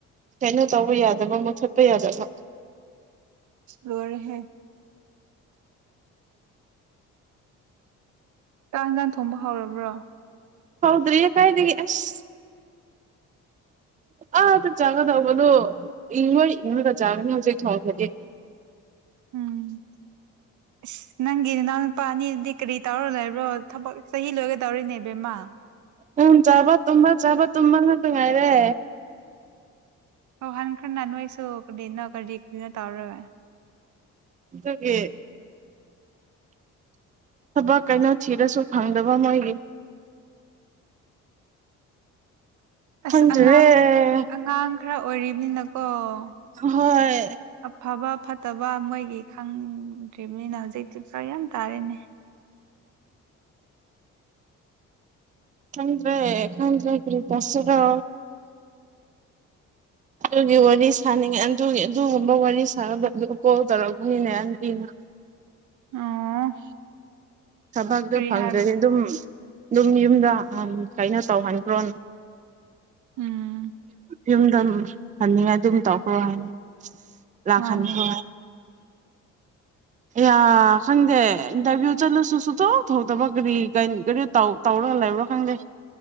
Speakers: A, on the right; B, on the right.
A: ꯁꯥꯏꯩꯅ ꯇꯧꯕ ꯌꯥꯗꯕ ꯃꯨꯠꯊꯠꯄ ꯌꯥꯗꯕ
B: ꯂꯔꯦꯍꯦ ꯀ ꯍꯟꯒꯥꯥꯡ ꯊꯣꯡꯕ ꯍꯧꯔꯕ꯭ꯔꯣ
A: ꯍꯥꯎꯗ꯭ꯔꯔꯤ ꯌꯦ ꯀꯥꯏꯗꯗꯒꯤ ꯑꯁ ꯑꯥꯗ ꯆꯥꯒꯗꯧꯕꯗꯣ ꯏꯪꯉꯣꯏ ꯏꯪꯉꯣꯏꯒ ꯆꯥꯒꯅꯤ ꯍꯧꯖꯤꯛ ꯊꯣꯡꯈꯗꯤ ꯎ
B: ꯎꯝ ꯑꯁ ꯅꯪꯒꯤ ꯅꯅꯥꯎ ꯅꯨꯄꯥ ꯑꯅꯤꯗꯨꯗꯤ ꯀꯔꯤ ꯇꯧꯔ ꯂꯩꯕ꯭ꯔꯣ ꯊꯕꯛ ꯆꯍꯤ ꯂꯣꯏꯒꯗꯧꯔꯤꯅꯦꯕꯦꯝꯃ ꯑ
A: ꯎꯝ ꯆꯥꯕ ꯇꯨꯝꯕ ꯆꯥꯕ ꯇꯨꯝꯕ ꯉ ꯉꯥꯏꯔꯦ
B: ꯑꯣ ꯍꯟ ꯈ ꯅꯅ ꯑꯩꯁꯨꯗꯤꯅꯈꯗꯤꯗꯤꯅ ꯇꯧꯔꯒ
A: ꯑꯗꯨꯦ ꯊꯕꯛ ꯀꯩꯅꯣ ꯊꯤꯔꯁꯨ ꯐꯪꯗꯕ ꯃꯣꯏꯒꯤ
B: ꯑꯁ
A: ꯈꯪꯗ꯭ꯔꯦ
B: ꯑꯉꯥꯡ ꯑꯉꯥꯡ ꯈꯔ ꯑꯣꯏꯔꯤꯕꯅꯤꯅ ꯑꯣ
A: ꯍꯣꯏ
B: ꯑꯐꯕ ꯐ ꯐꯠꯇꯕ ꯃꯣꯏꯒꯤ ꯈꯪꯗ꯭ꯔꯤꯕꯅꯤꯅ ꯍꯧꯖꯤꯛꯇꯤ ꯐꯔ ꯌꯥꯝ ꯇꯥꯔꯦꯅꯦ
A: ꯊꯗ꯭ꯔꯦ ꯈꯪꯗ꯭ꯔꯦ ꯀꯔꯤ ꯇꯁꯔ ꯑꯗꯨꯒꯤ ꯋꯥꯔꯤ ꯁꯥꯅꯤꯡꯉꯦ ꯑꯗꯨꯒꯤ ꯑꯗꯨꯒꯨꯝꯕ ꯋꯥꯔꯤ ꯁꯥꯅꯕꯗ ꯀꯣꯜ ꯇꯧꯔꯛꯄꯅꯤꯅꯦꯕꯤꯅ <unintelligible>
B: ꯑꯣ
A: ꯊꯕꯛꯇ
B: ꯀꯔꯤ
A: ꯐꯪꯗ꯭ꯔꯦ
B: ꯍꯥꯏꯕ꯭ꯔꯥ
A: ꯑꯗꯨꯝ ꯑꯗꯨꯝ ꯌꯨꯝꯗ ꯀꯩꯅꯣ ꯇꯧꯍꯟꯈ꯭ꯔꯣ
B: ꯎꯝ
A: ꯌꯨꯝꯗ ꯐꯟꯅꯤꯡꯉꯥꯏ ꯑꯗꯨꯝ ꯇꯧꯈ꯭ꯔꯣ ꯍꯥꯏꯅꯤ ꯂꯥꯛ
B: ꯃꯥꯅꯦ
A: ꯈꯅꯤ ꯍ ꯌꯥ ꯈꯪꯗꯦ ꯏꯟꯇꯔꯚꯤꯌꯨ ꯆꯠꯂꯁꯨ ꯁꯨꯇꯧ ꯊꯧꯗꯕ ꯀꯔꯤ ꯀꯔꯤ ꯀꯔꯤ ꯇꯧꯔ ꯜꯂꯕꯔꯣ ꯈꯪꯗꯦ